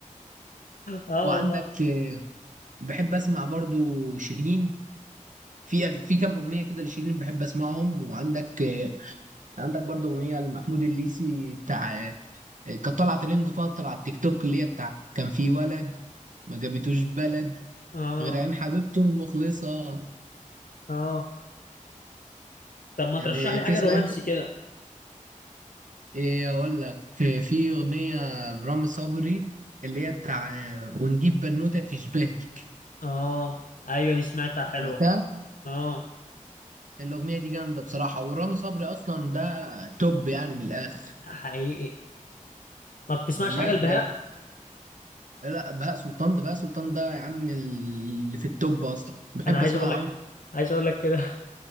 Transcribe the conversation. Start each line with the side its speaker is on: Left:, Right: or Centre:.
Left: اه
Right: وعندك
Left: والله
Right: آه، بحب اسمع برضو شيرين في أغ- في كام اغنية كده لشيرين بحب اسمعهم وعندك آه، عندك برضو اغنية لمحمود الليثي بتاع آه، آه، كانت طالعة ترند فترة على التيك توك اللي هي بتاع كان في ولد ما جابتوش بلد
Left: اه
Right: غير عين حبيبته المخلصة
Left: اه طب ما
Right: يعني
Left: ترشح لي
Right: بتسمع
Left: حاجه رومانسي كده
Right: ايه اقول لك في اغنيه لرامي صبري اللي هي بتاع ونجيب بنوته تشبهك
Left: اه ايوه دي سمعتها حلوة
Right: سمعتها
Left: اه
Right: الاغنيه دي جامده بصراحه ورامي صبري اصلا ده توب يعني من الاخر
Left: حقيقي ما بتسمعش
Right: والله
Left: حاجة
Right: بجد
Left: البهاء
Right: لا بهاء سلطان ده بهاء سلطان ده يا عم اللي في التوب اصلا بحب
Left: انا عايز
Right: اسمعه
Left: اقول لك
Right: قوي
Left: عايز اقول لك كده